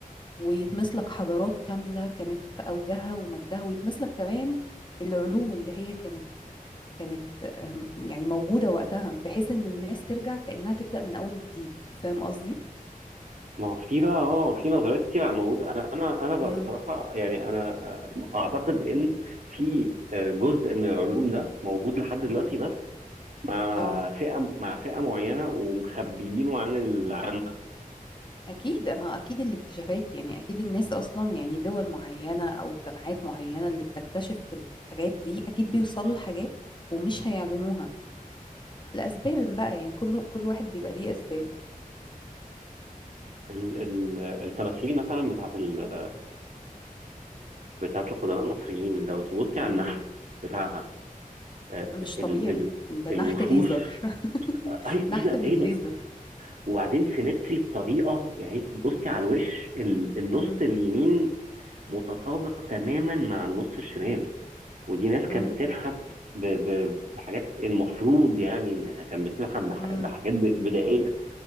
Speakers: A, on the left; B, on the right.
A: ويتمس لك حضارات كاملة كانت في أوجها ومجدها ويتمس لك كمان العلوم اللي هي كانت كانت أم، يعني موجودة وقتها بحيث إن الناس ترجع كأنها تبدأ من أول وجديد فاهم قصدي؟
B: ما هو في بقى اه في نظريات كتير عن موجوده انا انا انا بقى
A: امم
B: بصراحه يعني انا آه، اعتقد ان في آه، جزء من العلوم ده موجود لحد دلوقتي
A: امم
B: بس مع
A: اه
B: فئة مع فئة معينة ومخبيينه عن ال... عن
A: أكيد أما أكيد الاكتشافات يعني أكيد الناس أصلا يعني دول معينة أو جامعات معينة اللي بتكتشف الحاجات دي أكيد بيوصلوا لحاجات ومش هيعلنوها لأسباب بقى يعني كل كل واحد بيبقى ليه أسبابه
B: ال... ال... التماثيل مثلا بتاعت ال... بتاعت القدماء المصريين لو تبصي على
A: امم
B: النحت بتاعها آه،
A: مش
B: ال...
A: طبيعي
B: ال...
A: ده
B: الوشوش
A: نحت ليزر <laughs>
B: آه، ايه
A: نحت
B: ده
A: بالليزر
B: ايه ده وبعدين سيمتري بطريقة يعني انت تبصي على الوش ال... النص
A: امم
B: اليمين متطابق تماما مع النص الشمال ودي ناس كانت
A: امم
B: بتنحت ب... ب... بحاجات المفروض يعني انها كانت بتنحت بح...
A: امم
B: بحاجات ب- بدائية